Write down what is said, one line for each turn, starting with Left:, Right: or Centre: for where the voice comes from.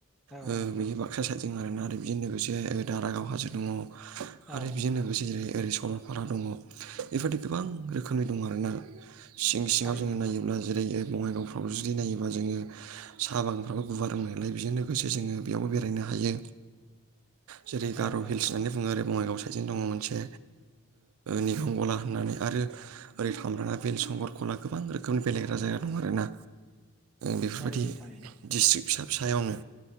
Centre: औ
Right: बेनि
Centre: औ
Right: बाक्सा साइदजों आरोना आरो बिजों लोगोसे दारागाव हाजो दङ आरो
Centre: औ
Right: बिजों लोगोसे जेरै ओरै सरलपारा दङ बेबायदि गोबां रोखोमनि दङ आरोना सिं सिङाव
Centre: थारैनो
Right: जोङो नायोब्ला जेरै बङाइगाव जुदि नायोबा जोङो सा बागानफ्राबो गुवार दंनायलाय बेजों लोगोसे जोङो बेयावबो बेरायनो हायो जेरै गार'
Centre: औ औ
Right: हिल्स होननानै बुङो बङाइगाव साइडनो दङ मोनसे निगम गला होननानै आरो ओरै थामब्राना बिल, संगर खला गोबां रोखोमनि बेेरायग्रा जायगा दं आरोना बेफोरबायदि
Centre: थारैनो थारैनो
Right: डिस्ट्रिक फिसा फिसायावनो